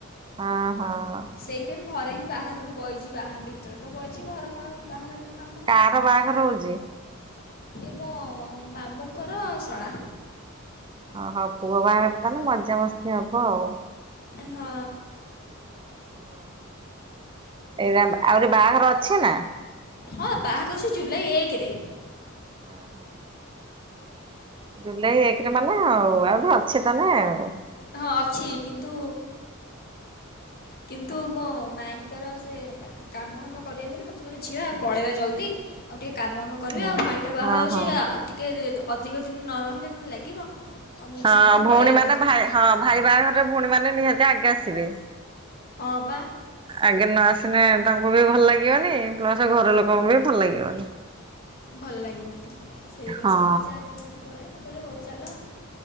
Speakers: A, on the right; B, on the left.
A: ହଁ ହଁ।
B: ସେ ଏ ମୁଁ ଘରେ ହିଁ ବାହାରୁନି ବଇଛି ବାହା ଭିତରେ ତ ବଇଛି ଘର କଣ ବାହାରେ କଣ? କାମ
A: କାହାର ବାହାଘର ହଉଛି?
B: ଏ ମୋ ମାମୁଁଙ୍କର ଆଉ ଶଳା।
A: ଓ ହଁ ପୁଅ ବାହାଘର ନହେଲେ ମଜାମସ୍ତି ହବ ଆଉ
B: ହଁ।
A: ହଁ ଏଇନା ଆହୁରି ବାହାଘର ଅଛି ନା?
B: ହଁ ବାହାକଷି ଜୁଲାଇ ଏକରେ।
A: ହ ହୋ। ଜୁଲାଇ ଏକରେ ମାନେ ଆଉ ଆହୁରି ଅଛି ତାନେ ଆଉ।
B: ହଁ ଅଛି କିନ୍ତୁ କିନ୍ତୁ ମୋ ମାଇଙ୍କର ସେ କାମ ଫାମ କରିବେ ବୋଲି ମତେ କିଲେ ଝିଅ ପଳେଇବା ଜଲ୍ଦି ଆଉ ଟିକେ କାମ ଆମ କରିବେ
A: ହୁଁ।
B: ଆଉ ଫାଇଟା ବାହା
A: ହଁ
B: ହଉଛି
A: ହଁ।
B: ଆଉ ଟିକେ ଅଧିକ ଦିନ ନ ରହିଲେ କଣ ଲାଗିବ। ଆଉ ମୁଁ ବି
A: ହଁ
B: ସେଇଠି
A: ଭଉଣୀ
B: ପଳେଇ ଆଇଲି
A: ମାନେ
B: ତାଙ୍କ
A: ଭା
B: ସହିତ
A: ହଁ ଭାଇ ବାହାଘରରେ ଭଉଣୀ ମାନେ ନିହାତି ଆଗେ ଆସିବେ।
B: ହଁ ବା।
A: ଆଗେ ନ ଆସିଲେ ତାଙ୍କୁ ବି ଭଲ ଲାଗିବନି ପ୍ଲସ ଘର ଲୋକଙ୍କୁ ବି ଭଲ ଲାଗିବନି।
B: ଭଲ ଲାଗିବନି ସେଇବେ
A: ହଁ।
B: ସେ କହିଲେ ଚାଆ ଯିବା ପଳେଇବା ମୁଁ କହିଲି ହଉ ଚାଲ ଆଉ।